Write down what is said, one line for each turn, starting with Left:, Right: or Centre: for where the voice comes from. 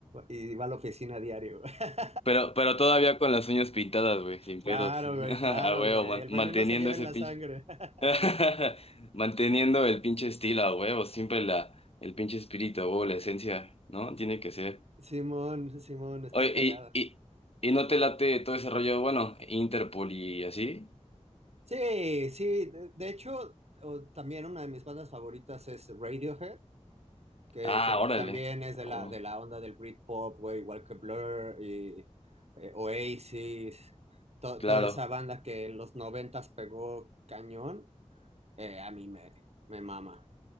Right: y, y va a la oficina diario. güey. <laughs>
Left: pero, pero todavía con las uñas pintadas, güey, sin
Right: Claro,
Left: pedos. <laughs>
Right: güey, claro,
Left: A huevo,
Right: güey.
Left: man-
Right: El veneno
Left: manteniendo
Right: se lleva
Left: ese
Right: en la
Left: pinche,
Right: sangre. <laughs>
Left: <laughs> manteniendo el pinche estilo, a huevo, siempre la, el pinche espíritu, a huevo, la esencia, ¿no? Tiene que ser.
Right: Simón, Simón, está
Left: Oye,
Right: cagada.
Left: y, y, y no te late todo ese rollo, bueno, Interpol y así.
Right: Sí, sí, de, de hecho, o- también una de mis bandas favoritas es Radiohead. que,
Left: Ah,
Right: que
Left: órale.
Right: también es de
Left: A
Right: la,
Left: huevo.
Right: de la onda del Britpop, güey, igual que Blur y eh, Oasis, to-
Left: Claro.
Right: toda esa banda que en los noventas pegó cañón, eh, a mí me, me mama,